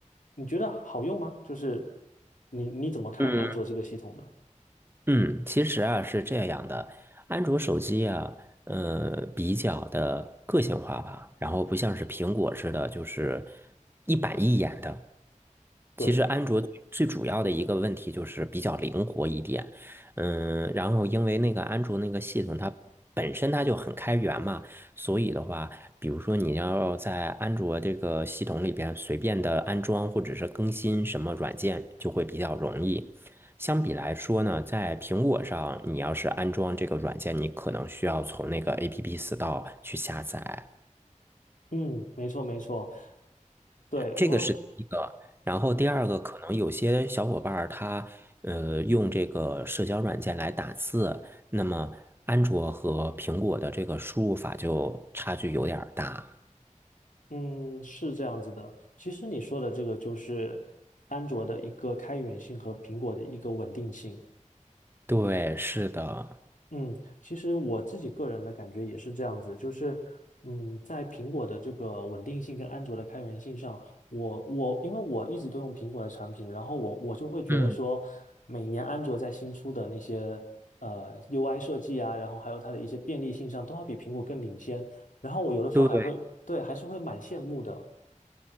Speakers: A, on the left (about 80°); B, on the right (about 15°).
A: 你觉得好用吗？就是你你怎么看安卓这个系统呢？
B: 嗯嗯，其实啊是这样的，安卓手机啊，呃，比较的个性化吧，然后不像是苹果似的，就是一板一眼的。
A: 对，
B: 其实安卓最最主要的一个问题就是比较灵活一点，嗯，然后因为那个安卓那个系统它本身它就很开源嘛，所以的话，比如说你要在安卓这个系统里边随便的安装或者是更新什么软件，就会比较容易。相比来说呢，在苹果上，你要是安装这个软件，你可能需要从那个 APP Store 去下载，
A: 嗯，没错没错，对，
B: 这个是第一个。
A: 因为。
B: 然后第二个，
A: 嗯。
B: 可能有些小伙伴儿他呃用这个社交软件来打字，那么安卓和苹果的这个输入法就差距有点儿大。
A: 嗯，是这样子的。其实你说的这个就是安卓的一个开源性和苹果的一个稳定性。
B: 对，是的。
A: 嗯，其实我自己个人的感觉也是这样子，就是嗯，在苹果的这个稳定性跟安卓的开源性上，我我因为我一直都用苹果的产品，然后我我就会觉得说，
B: 嗯，
A: 每年安卓在新出的那些呃 UI 设计啊，然后还有它的一些便利性上，都要比苹果更领先。然后我有的时候还会，
B: 对，
A: 对，还是会蛮羡慕的。